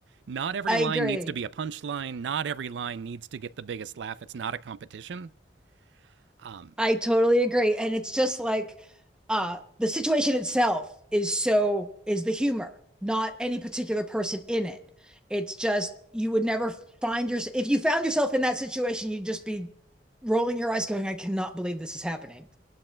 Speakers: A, on the right; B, in the centre.
A: Not every
B: I
A: line
B: agree.
A: needs to be a punchline. Not every line needs to get the biggest laugh. It's not a competition. Um,
B: I totally agree. And it's just like uh the situation itself is so is the humor, not any particular person in it. It's just you would never find yourself if you found yourself in that situation, you'd just be rolling your eyes going, I cannot believe this is happening,